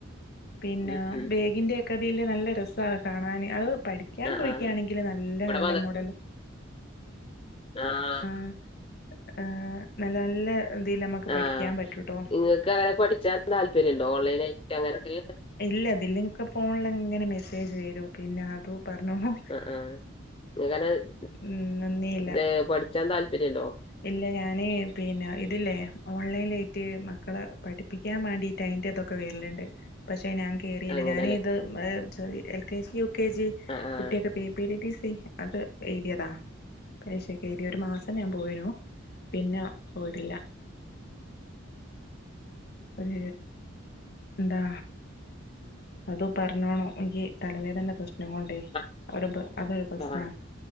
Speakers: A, on the left (about 50°); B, on the left (about 25°).
A: പിന്നെ
B: ഉം ഉം
A: ബേഗിന്റെ ക്ക തില് നല്ല രസാണ് കാണാന് അഹ് പഠികാം
B: ആഹ്
A: പോയികാണെങ്കിൽ
B: ആഹ്
A: നല്ല
B: ഇവിടെ
A: നല്ല മോഡല്
B: ആഹ്
A: അ ആഹ് നല്ല നല്ല ഇതിൽ നമുക്ക്
B: ആഹ്
A: പഠിക്കാൻ പറ്റൂട്ടോ
B: ഇങ്ങക്ക് അങ്ങനെ പഠിച്ചാൻ താല്പര്യണ്ടോ ഓൺലൈനായിട്ട് അങ്ങനെയൊക്കെ
A: ഇല്ല അതില്ന്ക്ക് ഫോണിൽ ഇങ്ങനെ മെസ്സേജ് വരൂ പിന്നെ അതു പറഞ്ഞോളാ
B: ആഹ് ആഹ് നിങ്ങക്കനെ
A: ഉം നന്ദിയില്ല
B: പഠിച്ചാൻ താല്പര്യണ്ടോ
A: ഇല്ല ഞാന് പിന്നെ ഇതില്ലേ ഓൺലൈനായിട്ട് മക്കളെ പഠിപ്പിക്കാൻ മാണ്ടി അയിന്റെ ഇതൊക്കെ വർല്ണ്ട് പക്ഷെ ഞാൻ കേറിയില്ല
B: അങ്ങനല്ലേ
A: ഞാന് ത് sorry L K G U K G
B: ആ ആ
A: കുട്ടിയൊക്കെ P P C T C അത് എഴുതിയതാ പരീക്ഷക്കെഴുതിയ ഒരു മാസ ഞാൻ പോയിന്നു പിന്നെ പോയിട്ടില്ല ഒർ എന്താ അത് പറഞ്ഞാണോ എനിക്ക് തലവേദന പ്രശ്നം കൊണ്ടേ
B: ആ,
A: അത് അതൊരു പ്രശ്നാ
B: ആ.